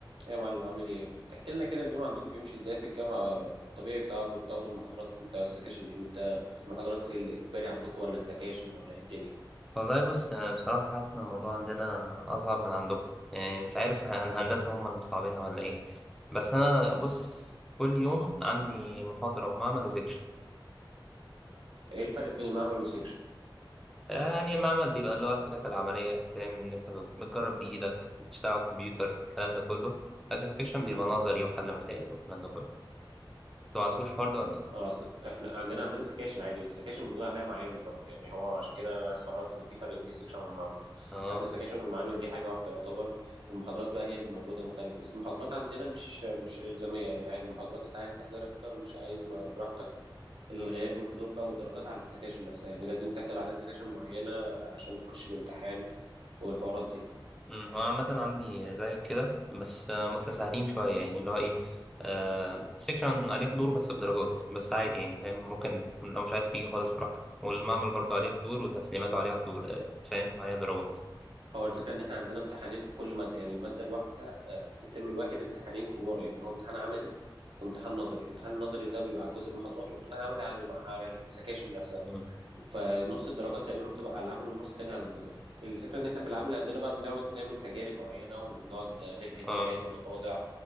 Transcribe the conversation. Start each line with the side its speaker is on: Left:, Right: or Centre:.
Right: يا معلم عامل ايه تحكي لنا كده اليوم عندكم بيمشي ازاي في الجامعة الطبيعي بتاعكم بتاخدوا المحاضرات امتى والسكاشن امتى المحاضرات ايه الاجباري عندكم ولا السكاشن ولا ايه الدنيا
Centre: والله بص أنا بصراحة حاسس إن الموضوع عندنا أصعب من عندكم يعني مش عارف ه- يعني هندسة هم اللي مصعبين ولا إيه بس أنا بص كل يوم عندي محاضرة ومعمل وسكشن
Right: ايه الفرق بين المعمل والسكشن
Centre: يعني المعمل بيبقى اللي هو الحاجات العملية فاهم إن أنت بت- بتجرب بإيدك بتشتغل على الكمبيوتر الكلام ده كله لكن السكشن
Right: امم
Centre: بيبقى نظري وحل مسائل والكلام ده كله أنتوا ما عندكوش الحوار ده ولا إيه؟
Right: اه، اصل احنا عندنا عندنا سكاشن عادي بس السكاشن بنقول عليها معامل برضو يعني هو عشان كده انا استغربت ان في فرق بين السكشن والمعمل
Centre: آه
Right: فاحنا السكاشن والمعامل دي حاجة واحدة يعتبر والمحاضرات بقى هي اللي موجودة مختلفة بس المحاضرات عندنا مش مش إلزامية يعني عادي المحاضرات انت عايز تحضر احضر مش عايز ما براحتك الغياب والحضور بقى والدرجات على السكاشن نفسها يعني لازم تحضر عدد سكاشن معينة عشان تخش الامتحان والحوارات دي
Centre: مم، هو عامة عندي زيك كده بس آه، متساهلين شوية يعني اللي هو ايه آه سيكشن عليك دور بس بدرجات بس عادي يعني فاهم ممكن لو مش عايز تيجي خالص براحتك والمعمل برضه عليه حضور وتسليماته عليها حضور آه فاهم عليها درجات
Right: هو الفكرة إن إحنا عندنا امتحانين في كل مادة يعني المادة الواحدة آه، في الترم الواحد امتحانين كبار يعني هو امتحان عملي وامتحان نظري الامتحان النظري ده بيبقى على جزء المحاضرات وامتحان عملي على الم- على السكاشن نفسها
Centre: مم،
Right: فنص الدرجات تقريبا بتبقى على العمل والنص التاني على النظري الفكرة إن إحنا في العمل عندنا بقى بنقعد نعمل تجارب معينة وبنقعد نحقن فئران
Centre: اه
Right: وضفادع